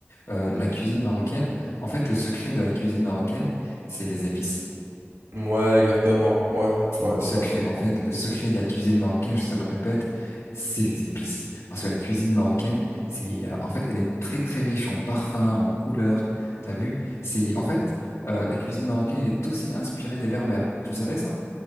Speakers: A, on the left; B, on the right.
A: euh, la cuisine marocaine, en fait, le secret de la cuisine marocaine, c'est les épices.
B: Ouais, exactement. Ouais,
A: C'est
B: ouais,
A: le
B: tout
A: secret.
B: à fait.
A: En fait, le secret de la cuisine marocaine, je te le répète, c'est les épices. Parce que la cuisine marocaine, c'est, il y a- en fait, elle est très, très riche en parfums, en couleurs. T'as vu? C'est, en fait, euh, la cuisine marocaine, elle est aussi inspirée des Berbères. Tu le savais, ça?